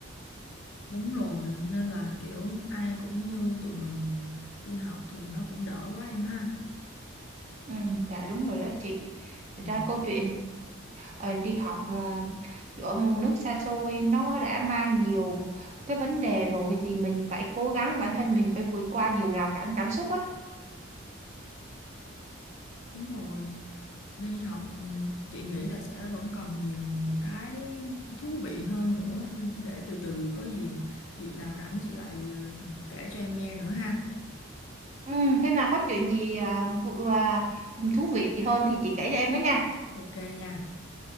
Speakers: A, on the left; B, on the right.
A: đúng rồi nên là kiểu ai cũng như tụi mình đi học thì nó cũng đỡ quá em ha
B: ừ, dạ đúng rồi đó chị
A: Ừ.
B: thật ra câu chuyện ờ, đi học mà ở một nước xa xôi nó đã mang nhiều cái vấn đề rồi thì mình phải cố gắng bản thân mình phải vượt qua nhiều rào cản cảm xúc á
A: Đúng rồi, đi học ừ, chị nghĩ là sẽ vẫn còn nhiều cái thú vị hơn nữa nên để từ từ có gì dịp nào rảnh chị lại ừ, kể cho em nghe nữa ha.
B: ừ, thế nào có chuyện gì à, vụ- à, thú vị hơn thì chị kể cho em với nha
A: Ok nha.